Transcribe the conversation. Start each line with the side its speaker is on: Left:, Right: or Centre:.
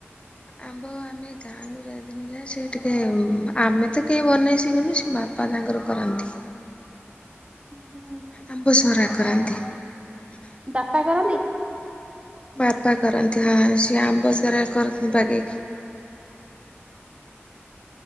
Left: ଆମ୍ବ ଆମେ ଗାଁକୁ ଯାଇଥିଲୁ ଯା ସେ ଟିକେ ଆମେ ତ କେହି ବନେଇ ଶିଖୁନୁ ସେ ବାପା ତାଙ୍କର କରନ୍ତି।
Right: ହୁଁ ହୁଁଁ।
Left: ଆମ୍ବ ସହରା କରାନ୍ତି।
Right: ବାପା କରନ୍ତି।
Left: ବାପା କରନ୍ତି ହଁ। ସେ ଆମ୍ବ ସାରା କରନି ବାଗେଇକି